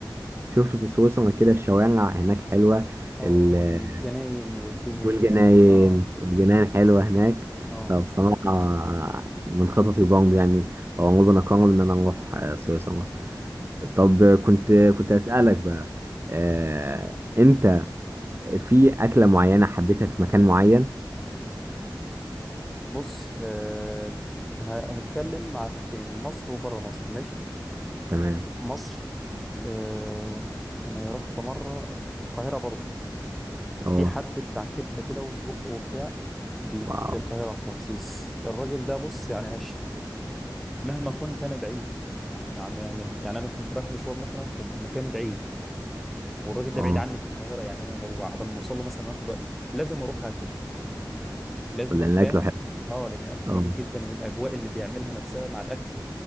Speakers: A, on the right; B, in the centre.
A: شفت في سويسرا كده الشوارع هناك حلوه
B: اه
A: ال...
B: والجناين والدنيا
A: والجناين
B: دي هناك اه
A: والجناين حلوة هناك
B: اه
A: فبصراحة من خططي برضه يعني لو عمرنا قرر إن أنا أروح آه، سويسرا طب كنت كنت أسألك بقى آه، أنت في أكلة معينة حبيتها في مكان معين؟
B: بص آه ه- هتكلم على حاجتين مصر وبره مصر ماشي
A: تمام
B: مصر آه انا رحت مره القاهره برضه
A: أه
B: في حد بتاع كبده كده وسجق وبتاع بي-
A: واو
B: في القاهره في رمسيس الراجل ده بص يعني عاش مهما كنت انا بعيد عن عن يعني يعني انا في- رايح مشوار مثلا في مكان بعيد والراجل ده
A: أه
B: بعيد عني في القاهره يعني انا لو قبل ما اوصل له مثلا اخد وقت، لازم اروح اكل لازم
A: لأن
B: فاهم
A: الأكل حلو
B: اه لان الاكل
A: أه
B: جميل جدا والاجواء اللي بيعملها نفسها مع الاكل